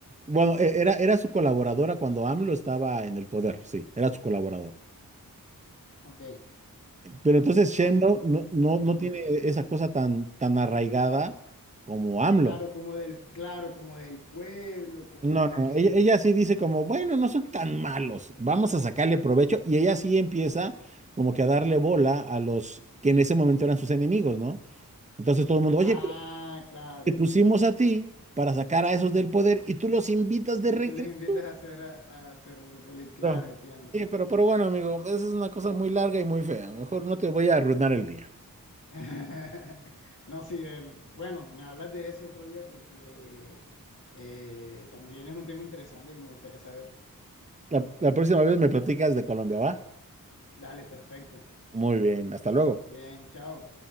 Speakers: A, on the right; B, on the left.
A: Bueno, e- era, era su colaboradora cuando AMLO estaba en el poder, sí, era su colaborador.
B: Ok.
A: Pero entonces
B: O-
A: Sheinbaum
B: s-
A: no, no, no
B: ajá.
A: tiene esa cosa tan, tan arraigada como AMLO.
B: Claro, como del, claro, como del pueblo, como
A: No,
B: de...
A: no, no, ella, ella sí dice como, bueno, no son tan malos, vamos a sacarle provecho. Y ella sí empieza como que a darle bola a los que en ese momento eran sus enemigos, ¿no? Entonces todo el mundo, oye,
B: Ah,
A: pero
B: claro.
A: te pusimos a ti para sacar a esos del poder y tú los invitas de
B: Y
A: regreso.
B: tú les invitas a hacer, a, a hacer polit- Claro,
A: Pero,
B: entiendo.
A: sí, pero, pero bueno, amigo, esa es una cosa muy larga y muy fea. Mejor no te voy a arruinar el día.
B: <laughs> No, sí, de- bueno, me hablas de eso otro día porque eh, también es un tema interesante que me gustaría saber.
A: La, la próxima vez me platicas de Colombia, ¿va?
B: Dale, perfecto.
A: Muy bien, hasta luego.
B: Bien, chao.